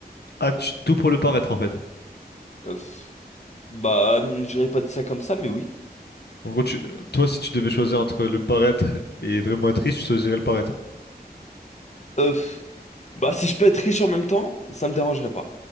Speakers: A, on the left; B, on the left.
A: Ah, tu tout pour le paraître en fait.
B: Euh, pff, bah, j'aurais pas dit ça comme ça, mais oui.
A: En gros, tu- toi, si tu devais choisir entre le paraître et vraiment être riche, tu choisirais le paraître.
B: Euh, pff, bah, si je peux être riche en même temps, ça me dérangerait pas.